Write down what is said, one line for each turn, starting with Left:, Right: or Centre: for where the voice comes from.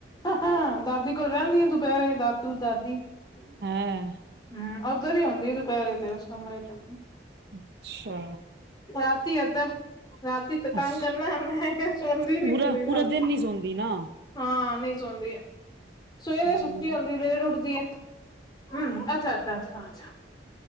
Left: ਹਾਂ ਦਾਦੀ ਕੋਲ ਰਹਿੰਦੀ ਆ, ਦੁਪਹਿਰੇ ਦਾਦੂ ਦਾਦੀ। ਹੂੰ,
Right: ਹੈਂ
Left: ਓਧਰ ਹੀ ਹੁੰਦੀ ਏ ਦੁਪਹਿਰੇ ਤੇ ਉਸ ਕਮਰੇ ਚ।
Right: ਅੱਛਾ,
Left: ਰਾਤੀ ਏਧਰ ਰਾਤੀ ਤੇ ਤੰਗ
Right: ਅੱਛਾ
Left: ਕਰਨਾ ੳਹਨੇ। ਚਲਦੀ ਨੀ
Right: ਪੂਰਾ
Left: ਪੂਰੀ ਰਾਤ।
Right: ਪੂਰਾ ਦਿਨ ਨੀ ਸੌਂਦੀ ਨਾ।
Left: ਹਾਂ ਨਹੀਂ ਸੌਦੀ ਏ ਸਵੇਰੇ
Right: ਹੂੰ
Left: ਸੁੱਤੀ ਹੁੰਦੀ ਐ, ਲੇਟ ਉੱਠਦੀ ਏ। ਹੂੰ, ਅੱਛਾ, ਅੱਛਾ, ਅੱਛਾ, ਅੱਛਾ।